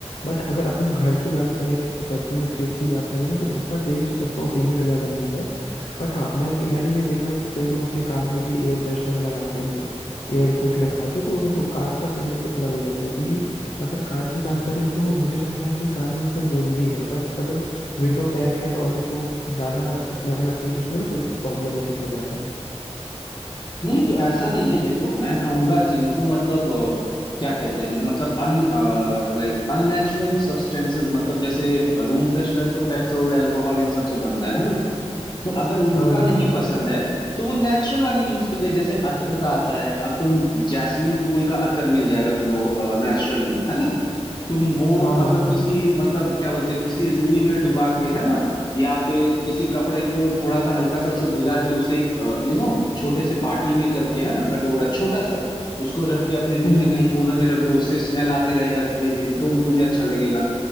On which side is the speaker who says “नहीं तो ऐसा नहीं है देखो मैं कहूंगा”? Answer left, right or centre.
Left